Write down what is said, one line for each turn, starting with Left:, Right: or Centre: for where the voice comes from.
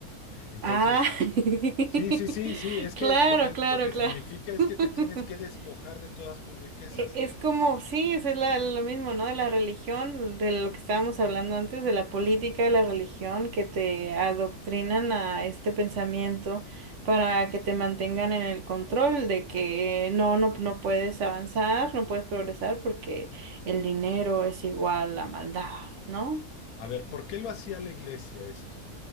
Left: Entonces,
Right: Ah, <laughs>
Left: sí, sí, sí, sí, es
Right: claro,
Left: que lo que
Right: claro,
Left: lo que
Right: claro.
Left: significa es
Right: <laughs>
Left: que te tienes que despojar de todas tus riquezas.
Right: E- Es como, sí, es la- lo mismo, ¿no? De la religión, de lo que estábamos hablando antes, de la política, de la religión, que te adoctrinan a este pensamiento para que te mantengan en el control de que no, no, no puedes avanzar, no puedes progresar porque el dinero es igual a maldad, ¿no?
Left: A ver, ¿por qué lo hacía la iglesia esto?